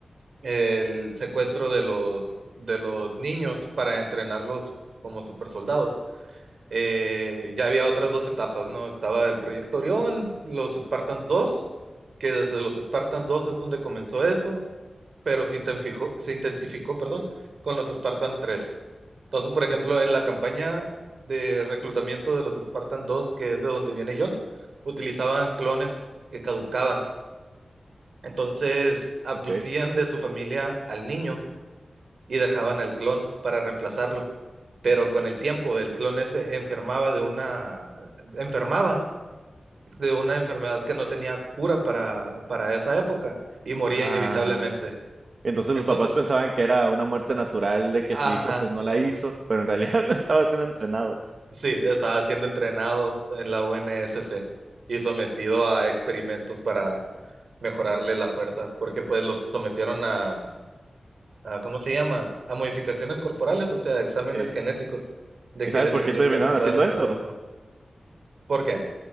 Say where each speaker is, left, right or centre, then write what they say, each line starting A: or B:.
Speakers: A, on the right; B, on the right.
A: el secuestro de los, de los niños para entrenarlos como supersoldados, eh, ya había otras dos etapas, ¿no? Estaba el proyecto Orión, los Spartans 2, que desde los Spartans 2 es donde comenzó eso, pero se intensificó, se intensificó, perdón, con los Spartan tres. Entonces, por ejemplo, en la campaña de reclutamiento de los Spartan 2, que es de donde viene John, utilizaban clones que caducaban. Entonces, abducían
B: ok.
A: de su familia al niño y dejaban el clon para reemplazarlo. Pero con el tiempo, el clon ese enfermaba de una, enfermaba de una enfermedad que no tenía cura para, para esa época y moría
B: Ah,
A: inevitablemente.
B: entonces
A: Entonces,
B: los papás pensaban que era una muerte natural de que
A: ajá,
B: su hijo pues no la hizo, pero en realidad <laughs> no estaba siendo entrenado.
A: Sí, estaba siendo entrenado en la UNSC y sometido a experimentos para mejorarle la fuerza, porque pues los sometieron a, a, ¿cómo se llama? A modificaciones corporales, o sea, exámenes
B: Sí.
A: genéticos de
B: ¿Y
A: que
B: sabes
A: les
B: por
A: inyectaron
B: qué terminaron
A: sueros
B: haciendo eso?
A: y todo eso. ¿Por qué?